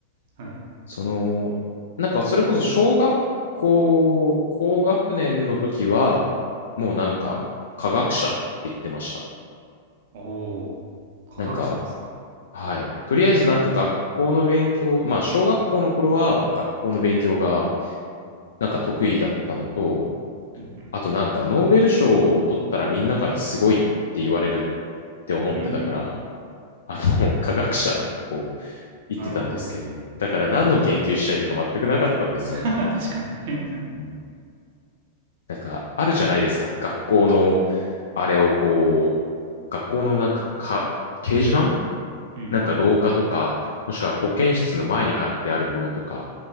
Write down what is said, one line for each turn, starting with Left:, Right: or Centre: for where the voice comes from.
Right: はい。
Left: その、なんかそれこそ小学校、高学年の時は、もうなんか科学者って言ってました。
Right: おおー、科学者ですか。
Left: なんか、はい。とりあえずなんか学校の勉強、まあ小学校の頃は学校の勉強がなんか得意だったのと、
Right: うんうん。
Left: あとなんかノーベル賞を取ったらみんなからすごいって言われるって思ってたから、
Right: うんうん。
Left: あの、<laughs> 科学者ってこう言ってたんですけれども、
Right: なるほど。
Left: だから何の研究したいとか全くなかったんですよね。
Right: <laughs> 確かに。
Left: うん、なんかあるじゃないですか。学校のあれをこう、学校のなんか、か、掲示板
Right: <laughs> うんうん。
Left: なんか廊下とか、もしくは保健室の前に貼ってあるものとか、